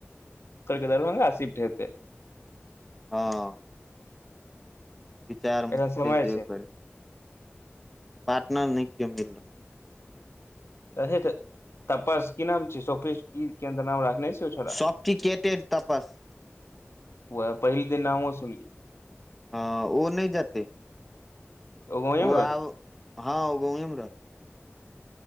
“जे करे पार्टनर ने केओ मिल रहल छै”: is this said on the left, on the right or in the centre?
Centre